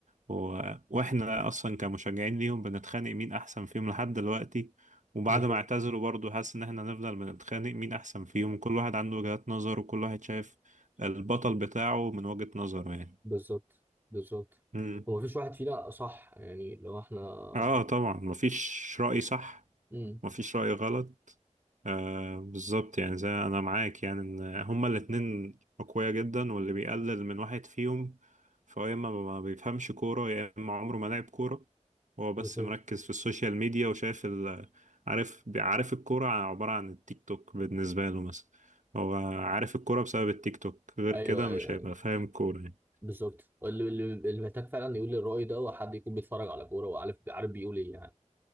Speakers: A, on the right (about 70°); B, on the right (about 15°).
A: و... وإحنا أصلا كمشجعين ليهم بنتخانق مين أحسن فيهم لحد دلوقتي وبعد
B: بالظبط
A: ما اعتزلوا برضه حاسس إن إحنا نفضل بنتخانق مين أحسن فيهم كل واحد عنده وجهات نظر وكل واحد شايف البطل بتاعه من وجهة نظره يعني
B: بالظبط بالظبط
A: مم.
B: هو مفيش واحد فينا صح يعني لو احنا
A: آه طبعا مفيش رأي صح
B: امم
A: مفيش رأي غلط آه بالظبط يعني زي انا معاك يعني ان هما الاتنين اقوياء جدا واللي بيقلل من واحد فيهم فهو يا اما ما بيفهمش كورة يا اما عمره ما لعب كورة هو بس
B: بالظبط
A: مركز في السوشيال ميديا وشايف ال عارف عارف الكورة عبارة عن التيك توك بالنسبة له مثلا هو عارف الكورة بسبب التيك توك غير
B: ايوه
A: كده
B: ايوه
A: مش هيبقى فاهم كورة يعني
B: بالظبط اللي اللي اللي محتاج فعلا يقول الرأي ده هو حد يكون بيتفرج على كورة وعارف عارف بيقول ايه يعني